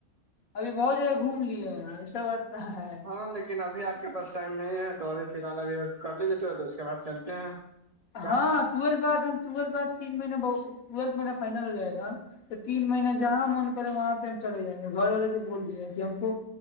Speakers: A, on the left (about 75°); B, on the right (about 55°).
A: ابھی بہت جگہ گھوم لیے ہیں ایسا بات نہ ہے
B: ہاں لیک لیکن ابھی آپ کے پاس ٹائم نہیں ہے تو ابھی فی الال ابھی کر لی جتے اس کے بعد چلتے ہیں کیا
A: ہاں ٹوی بعد ہم و بعد تین مہینہ ٹویل میرا فائنل ہو جائے گا تو تین مہینہ جہاں من کرے وہاں پہ ہم چے جائیں گے گھر والے سے بول دییں گے کہ ہم کو